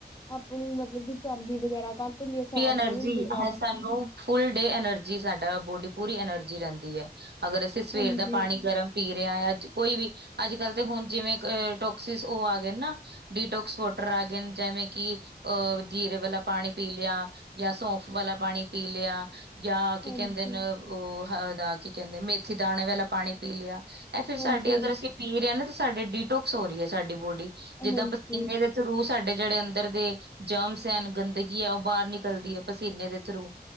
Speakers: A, on the left (about 20°); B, on the right (about 75°).
A: ਆਪ ਨੂੰ ਮਤਲਬ ਕਿ ਚਰਬੀ ਵਗੈਰਾ ਘੱਟ ਹੁੰਦੀ ਹੈ
B: <unintelligible>
A: ਫੈਟ
B: ਐਨਰਜੀ
A: ਨਹੀਂ ਹੁੰਦੀ ਜ਼ਿਆਦਾ
B: ਹੈ ਸਾਨੂੰ ਫੁੱਲ ਡੇ ਐਨਰਜੀ ਸਾਡਾ ਬੋਡੀ ਪੂਰੀ ਐਨਰਜੀ ਰਹਿੰਦੀ ਹੈ ਅਗਰ ਅਸੀਂ ਸਵੇਰ
A: ਹਾਂਜੀ
B: ਦਾ ਪਾਣੀ ਗਰਮ ਪੀ ਰਿਹਾ ਆ ਅੱਜ ਕੋਈ ਵੀ ਅੱਜ ਕੱਲ ਤੇ ਹੁਣ ਜਿਵੇਂ ਅ ਟੋਕਸਿਸ ਉਹ ਆ ਗਏ ਨ ਨਾ ਡੀਟੋਕਸ ਵੋਟਰ ਆ ਗਏ ਜਿਵੇਂ ਕਿ ਅਹ ਜੀਰੇ ਵਾਲਾ ਪਾਣੀ ਪੀ ਲ ਆ ਯਾ ਸੌਫ ਵਾਲਾ ਪਾਣੀ ਪੀ ਲਿਆ ਯਾ ਕੀ
A: ਹਾਂਜੀ
B: ਕਹਿੰਦੇ ਨ ਉਹ ਉਹਦਾ ਕੀ ਕਹਿੰਦੇ ਮੇਥੀ ਦਾਣੇ ਵਾਲਾ ਪਾਣੀ ਪੀ ਲਿਆ ਐਹ ਫੇਰ
A: ਹਾਂਜੀ
B: ਸਾਡੀੇ ਅਗਰ
A: ਹਾਂਜੀ
B: ਅਸੀਂ ਪੀਰਹਾ ਨਾ ਤੇ ਸਾਡੇ ਡੀਟੋਕਸ ਹੋ ਰਹੀ ਹੈ ਸਾਡੀ ਬੋਡੀ ਜਿੱਦਾਂ
A: ਹਾਂਜੀ
B: ਪਸੀਨੇ ਦੇ ਥਰੂ ਸਾਡੇ ਜਿਹੜੇ ਅੰਦਰ ਦੇ ਜਮਸ ਐ ਗੰਦਗੀ ਆ ਉਹ ਬਾਹਰ ਨਿਕਲਦੀ ਹੈ ਪਸੀਨੇ ਦੇ ਥਰੂ